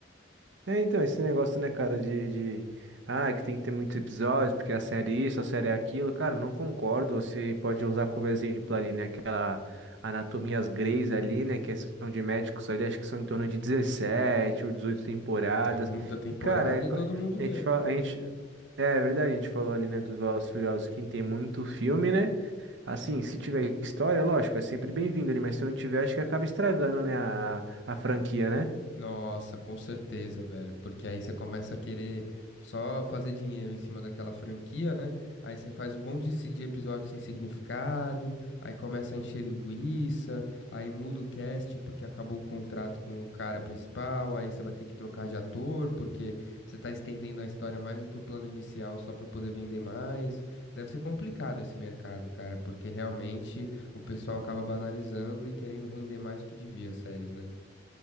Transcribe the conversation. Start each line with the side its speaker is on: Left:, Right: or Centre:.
Right: É, então, esse negócio, né, cara, de, de... Ah, que tem que ter muitos episódios, porque a série é isso, a série é aquilo. Cara, eu não concordo. Você pode usar como exemplo ali, né, aquela Anatomias Greys ali, né, que é, são de médicos ali, acho que são em torno de 17 ou 18 temporadas.
Left: É muita temporada
Right: E, cara, é co-
Left: e todo
Right: a
Left: mundo vê,
Right: gente fala...
Left: né?
Right: A gente... É verdade, a gente falou ali, né, dos Velozes e Furiosos, que tem muito filme, né? Assim, se tiver história, lógico, é sempre bem-vindo ali, mas se não tiver, acho que acaba estragando, né, a, a franquia, né?
Left: Nossa, com certeza, velho. Porque aí você começa a querer só fazer dinheiro em cima daquela franquia, né? Aí você faz um monte de se- de episódio sem significado, aí começa a encher linguiça, aí muda o casting porque acabou o contrato com o cara principal, aí você vai ter que trocar de ator porque você tá estendendo a história mais do que o plano inicial só pra poder vender mais. Deve ser complicado esse mercado, cara, porque realmente o pessoal acaba banalizando e querendo render mais do que devia as séries, né?